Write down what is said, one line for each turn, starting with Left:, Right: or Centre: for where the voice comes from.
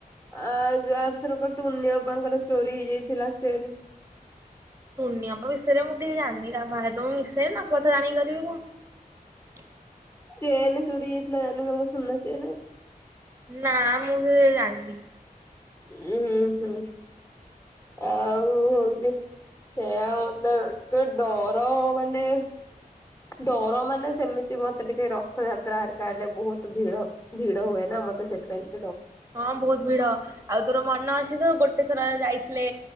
Left: ଆ ଆରଥର ବର୍ଷ କୁନି ଅପାଙ୍କର ଚୋରି ହେଇଯାଇଥିଲା ଚେନ୍
Right: ଟୁଣନି ଆପ ବିସରେ ମୁଁ କିଛି ଜାଣିନି। ତା ଭ ତଁ ମିଶେଇ ନା କଥ ଟାଣି କରିବି କଣ
Left: ସେ ଏେ ଚୋରି ହେଥିଲା ସଙ୍କୁ ଶନନାଛେ।
Right: ନା ମୁଗନୀ
Left: ଉଁ ହୁଁ ହୁଁ ଆଉ ହଉଛି ସେଉ ତ ଡର ମାନେ ଡର ମାନେ ସେମିତି ମତେ ଟିକେ ରଥଯାତ୍ରା ହରିକା ହେଲେ ବହୁତ ଭିଡ ଭିଡ ହୁଏ ନା ମତେ ସେଥିପାଇଁ ଟ
Right: ହଁ ବହୁତ ଭିଡ ଆଉ ତୋର ମନ ଅଛି ତ ଗୋଟେ ଗୋଟେ ଥର ଯାଇଥିଲେ